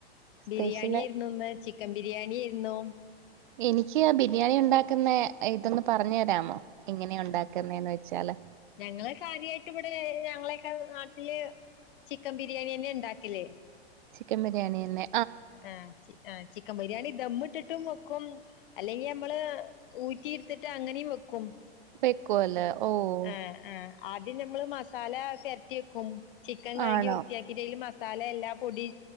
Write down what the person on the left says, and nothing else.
ബിരിയാണിയിരുന്നുന്ന് ചിക്കൻ ബിരിയാണി ആയിരുന്നു.
ആഹ്
ഞങ്ങള് കാര്യമായിട്ട് ഇവിടെ ഞങ്ങളേക്കെ നാട്ടില് ചിക്കൻ ബിരിയാണിയന്നെ ഉണ്ടാക്കല്ല്.
ആഹ് ആഹ് ചിക്കൻ ബിരിയാണി ദമ്മിട്ടിട്ടും വക്കും. അല്ലെങ്കി നമ്മള് ഊറ്റിയിടുത്തിട്ട് അങ്ങനിം വെക്കും.
ആഹ് ആഹ് ആദ്യം നമ്മള് മസാല പരറ്റി വെക്കും ചിക്കൻ കഴുകി
വൃത്തിയാക്കി. കിരൽ മസാല എല്ലാ പൊടി